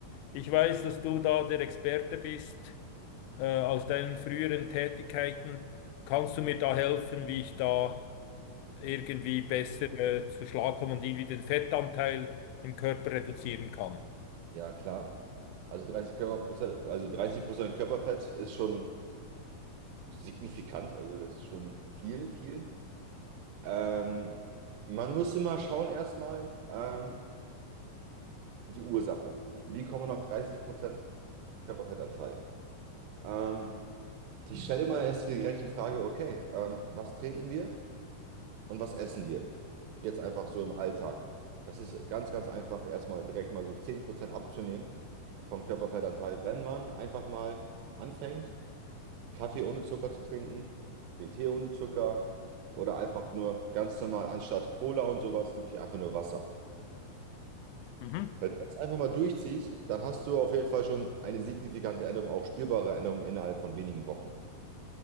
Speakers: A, on the left; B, on the right.
A: ich weiß, dass du da der Experte bist äh, aus deinen früheren Tätigkeiten. Kannst du mir da helfen, wie ich da irgendwie besser äh, zu Schlag kommen und irgendwie den Fettanteil im Körper reduzieren kann.
B: Ja, klar. Also 30 Körperprozent, also 30 Prozent Körperfett ist schon signifikant, also das ist schon viel, viel. Ähm, man muss immer schauen erstmal ähm, die Ursache. Wie kommt man auf dreißig Prozent Körperfettanteil? Ähm, ich stelle immer erst direkt die Frage, okay, ähm, was trinken wir und was essen wir? Jetzt einfach so im Alltag. Das ist ganz, ganz einfach, erstmal direkt mal so 10% abzunehmen vom Körperfettanteil, wenn man einfach mal anfängt Kaffee ohne Zucker zu trinken, den Tee ohne Zucker oder einfach nur ganz normal anstatt Cola und sowas wirklich einfach nur Wasser.
A: Mhm.
B: Wenn du das einfach mal durchziehst, dann hast du auf jeden Fall schon eine signifikante Änderung, auch spürbare Änderung innerhalb von wenigen Wochen.